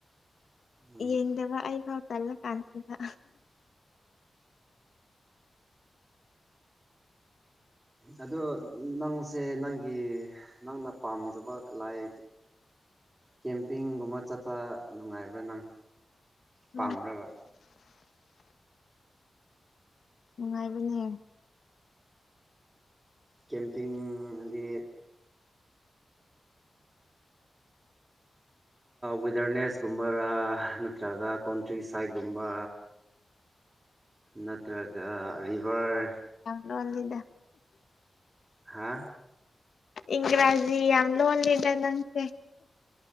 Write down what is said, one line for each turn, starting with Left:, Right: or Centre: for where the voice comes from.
Right: ꯎꯝ
Left: ꯏꯅꯤꯡꯗꯕ ꯑꯩ ꯈꯥꯎ ꯇꯜꯂꯀꯁꯤꯗ
Right: ꯑꯗꯣ ꯅꯪꯁꯦ ꯅꯪꯒꯤ ꯅꯪꯅ ꯄꯥꯝꯖꯕ ꯂꯥꯏ ꯀꯦꯝꯄꯤꯡꯒꯨꯝꯕ ꯆꯠꯄ ꯅꯨꯡꯉꯥꯏꯕ꯭ꯔꯥ ꯅꯪ
Left: ꯎ
Right: ꯄꯥꯝꯕ꯭ꯔꯕ
Left: ꯅꯨꯡꯉꯥꯏꯕꯅꯦ
Right: ꯀꯦꯝꯄꯤꯤꯡꯗꯤ
Left: <unintelligible>
Right: ꯋꯦꯗꯔꯅꯦꯁꯀꯨꯝꯕꯔꯥ ꯅꯠꯇ꯭ꯔꯒ ꯀꯣꯟꯇ꯭ꯔꯤ ꯁꯥꯏꯠꯀꯨꯝꯕ ꯅꯠꯇ꯭ꯔꯒ ꯚꯔ
Left: ꯂꯗ
Right: ꯍꯥ
Left: ꯏꯒ꯭ꯔꯥꯖꯤ ꯌꯥꯝ ꯂꯣꯣꯟ ꯂꯤꯗꯦ ꯂꯪꯁ